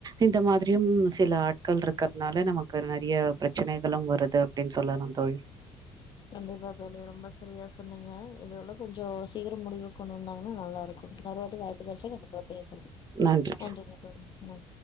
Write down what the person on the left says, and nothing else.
கண்டிப்பா தோழி ரொம்ப சரியா சொன்னீங்க இதலா கொஞ்சோ சீக்கிரம் முடிவு கொண்டு வந்தாங்கன்னா நல்லா இருக் கு இன்னொறுவாட்டி வாய்பு கெடச்ச கண்டிப்பா பேசனு
நன்றிங்க தோழி